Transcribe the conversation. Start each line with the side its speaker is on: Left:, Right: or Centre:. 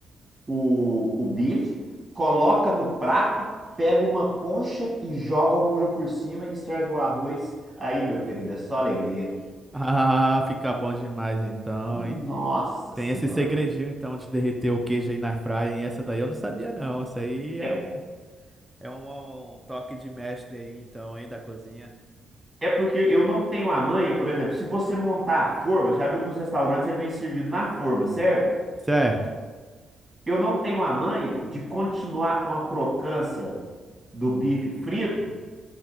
Right: o, o bife, coloca no prato, pega uma concha e joga o molho por cima e serve o arroz. Aí, meu querido, é só alegria.
Centre: Ah, fica bom demais então,
Right: Nossa
Centre: hein? Tem
Right: Senhora.
Centre: esse segredinho então de derreter o queijo aí na air fry, hein? Essa daí eu não sabia não. Isso aí é
Right: É,
Centre: um é uma- um toque de mestre aí então, hein, da cozinha.
Right: é porque eu não tenho a manha, por exemplo, se você montar a forma, já viu que nos restaurantes ele vem servido na forma, certo?
Centre: Certo.
Right: Eu não tenho a manha de continuar com a crocância do bife frito,